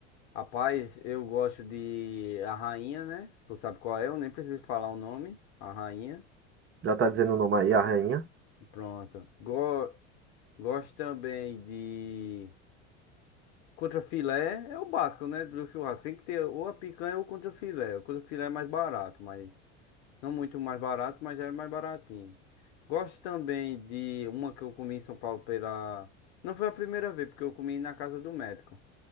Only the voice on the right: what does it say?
Já tá dizendo o nome aí, a rainha.